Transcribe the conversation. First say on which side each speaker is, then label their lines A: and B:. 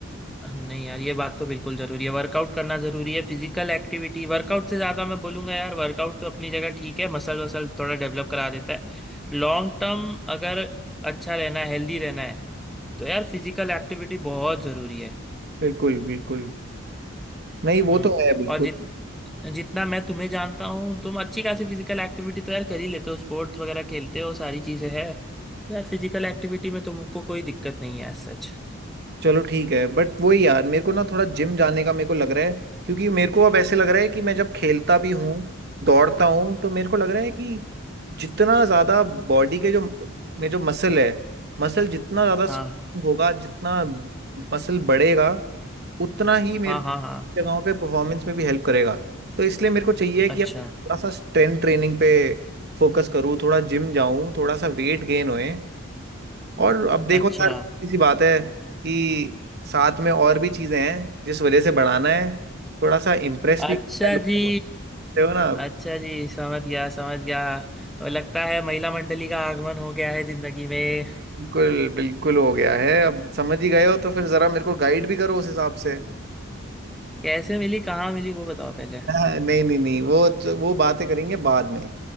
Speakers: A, in the centre; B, on the right (about 50°).
A: नहीं यार ये बात तो बिल्कुल जरूरी है वर्कआउट करना जरूरी है फिजिकल एक्टिविटी वर्कआउट से ज्यादा मैं बोलूंगा यार वर्कआउट तो अपनी जगह ठीक है मसल वसल थोड़ा डेवलप करा देता है लॉन्ग टर्म अगर अच्छा रहना है हेल्दी रहना है तो यार फिजिकल एक्टिविटी बहुत जरूरी है
B: बिल्कुल बिल्कुल नहीं वो
A: हम्म
B: तो है बिल्कुल
A: और जित जितना मैं तुम्हें जानता हूँ तुम अच्छी खासी फिजिकल एक्टिविटी तो यार कर ही लेते हो स्पोर्ट्स वगैरह खेलते हो सारी चीजें हैं तो यार फिजिकल एक्टिविटी में तुमको कोई दिक्कत नहीं है as सच
B: चलो ठीक है बट वही यार मेरे को ना थोड़ा जिम जाने का मेरे को लग रहा है क्योंकि मेरे को अब ऐसे लग रहा है कि मैं जब खेलता भी हूँ दौड़ता हूँ तो मेरे को लग रहा है कि जितना ज्यादा बॉडी के जो में जो मसल है मसल जितना ज्यादा स्ट्रांग
A: हाँ
B: होगा जितना मसल बढ़ेगा उतना ही मेरे
A: हाँ हाँ हाँ
B: जगहों पे परफॉर्मेंस में भी हेल्प करेगा तो इसलिए मेरे को चाहिए कि
A: अच्छा
B: अब थोड़ा सा स्ट्रेंथ ट्रेनिंग पे फोकस करूँ थोड़ा जिम जाऊँ थोड़ा सा वेट गेन होए और अब देखो
A: अच्छा
B: यार किसी बात है कि साथ में और भी चीजें हैं जिस वजह से बढ़ाना है थोड़ा सा इम्प्रेस
A: अच्छा
B: भी करना है लोगों
A: जी
B: को समझते हो ना
A: अच्छा जी समझ गया समझ गया अब लगता है महिला मंडली का आगमन हो गया है जिंदगी में
B: बिल्कुल बिल्कुल हो गया है अब समझ ही गए हो तो फिर जरा मेरे को गाइड भी करो उस हिसाब से <laughs>
A: कैसे मिली कहाँ मिली वो बताओ पहले
B: हाँ, नहीं नहीं नहीं वो तो- वो बातें करेंगे बाद में